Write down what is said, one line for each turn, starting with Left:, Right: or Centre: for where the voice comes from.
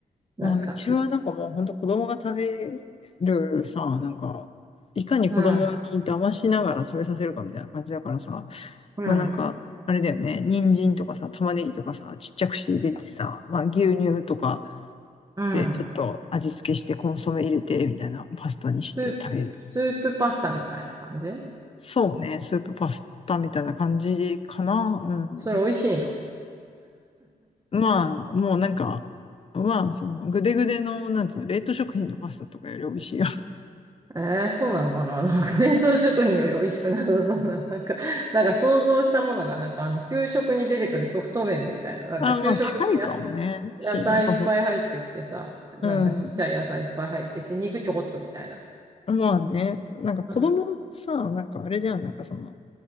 Right: なんか、
Left: まあ、うちはなんかもう本当子供が食べるさ、なんか、いかに子供に騙しながら食べさせるかみたいな感じだからさ、
Right: うん、うん、
Left: まあなんか、あれだよね、人参とかさ、玉ねぎとかさ、ちっちゃくして入れてさ、まあ牛乳とか
Right: うん。
Left: でちょっと味付けしてコンソメ入れてみたいなパスタにして食べる。
Right: スープ、スープパスタみたいな感じ
Left: そうね、スープパスタみたいな感じかな。うん。
Right: それ美味しいの
Left: まあ、もうなんか、まあ、その、ぐでぐでの、なんつうの、冷凍食品のパスタとかより美味しいよ。<laughs>
Right: えーそうなのかな <laughs> なんか冷凍食品より美味しくなさそうな、<laughs> なんか、なんか想像したものが、なんかあの、給食に出てくるソフト麺みたいな、なんか給食ってやす
Left: あ、まあ、近いかもね。
Right: 野菜いっぱい入ってきてさ、
Left: し、なんかほ、
Right: なんかちっちゃい野菜いっぱい入ってきて、
Left: うん。
Right: 肉ちょこっとみたいな。
Left: まあね、なんか子供さ、
Right: う
Left: なんかあれじゃん、なんかその、